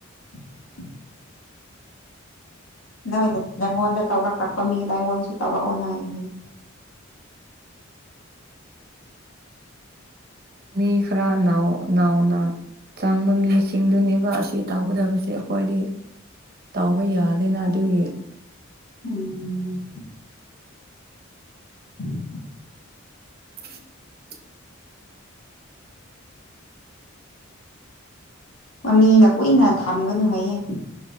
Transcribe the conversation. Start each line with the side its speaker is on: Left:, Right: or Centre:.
Left: <inaudible> ꯅꯣꯏꯗ ꯅꯉꯣꯟꯗ ꯇꯧꯔꯛꯂꯛꯄ ꯃꯤꯗ ꯑꯩꯉꯣꯟꯗꯁꯨ ꯇꯧꯔꯛꯑꯣ ꯅꯥꯏ ꯍꯥꯏ <inaudible>
Right: ꯃꯤ ꯈꯔ ꯅꯥꯎꯅ ꯆꯪꯕ ꯃꯤꯁꯤꯡꯗꯨꯅꯦꯕ ꯑꯁꯤ ꯇꯧꯒꯗꯕ ꯑꯩꯈꯣꯏꯗꯤ ꯇꯥꯎꯕ ꯌꯥꯗꯦꯅ ꯑꯗꯨꯒꯤ
Left: ꯎꯝ <inaudible>
Right: ꯎꯝ
Left: ꯃꯤꯅ ꯀꯨꯏꯅ ꯊꯝꯒꯅꯨ ꯍꯌꯦ